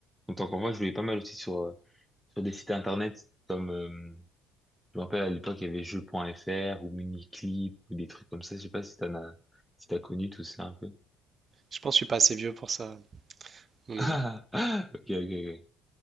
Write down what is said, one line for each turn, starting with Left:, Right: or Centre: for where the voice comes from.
Centre: en tant qu'enfant, je jouais pas mal aussi sur, euh, sur des sites internet comme, euh, je me rappelle à l'époque, il y avait jeux.fr ou Miniclip ou des trucs comme ça. Je sais pas si t'en as, si t'as connu tout ça un peu.
Right: Je pense que je suis pas assez vieux pour ça,
Centre: <laughs>
Right: mon
Centre: Ah,
Right: ami.
Centre: ah, ok, ok, ok.